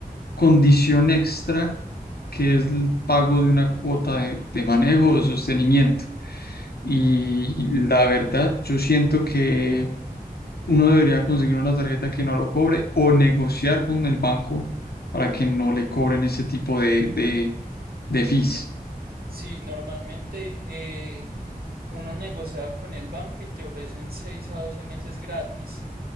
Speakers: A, on the left; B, on the right.
A: condición extra que es el pago de una cuota de, de manejo o de sostenimiento. Y la verdad, yo siento que uno debería conseguir una tarjeta que no lo cobre o negociar con el banco para que no le cobren ese tipo de, de, de fees.
B: Sí, normalmente eh, uno negocia con el banco y te ofrecen 6 a 12 meses gratis